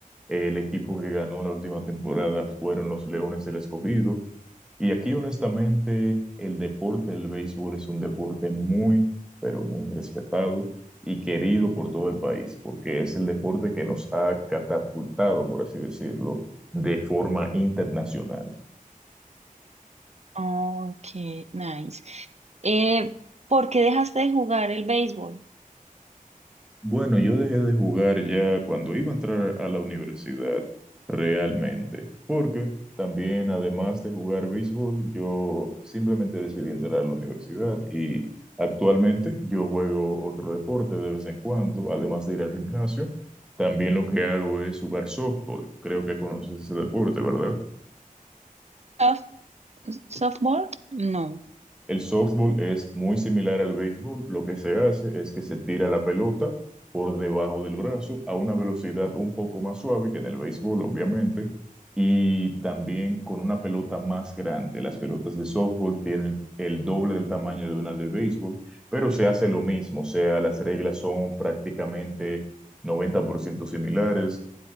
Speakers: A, in the centre; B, on the right.
A: el equipo que ganó la última temporada fueron los Leones del Escogido y aquí, honestamente, el deporte del béisbol es un deporte muy, pero muy respetado y querido por todo el país, porque es el deporte que nos ha catapultado, por así decirlo, de forma internacional.
B: Ok, nice. Eh, ¿por qué dejaste de jugar el béisbol?
A: Bueno, yo dejé de jugar ya cuando iba a entrar a la universidad, realmente, porque también, además de jugar béisbol, yo simplemente decidí entrar a la universidad y actualmente yo juego otro deporte de vez en cuando, además de ir al gimnasio, también lo que hago es jugar softball. Creo que conoces ese deporte, ¿verdad?
B: ¿Soft- softball? No.
A: El softball es muy similar al béisbol. Lo que se hace es que se tira la pelota por debajo del brazo a una velocidad un poco más suave que en el béisbol, obviamente, y también con una pelota más grande. Las pelotas de softball tienen el doble del tamaño de una de béisbol, pero se hace lo mismo. O sea, las reglas son prácticamente 90% similares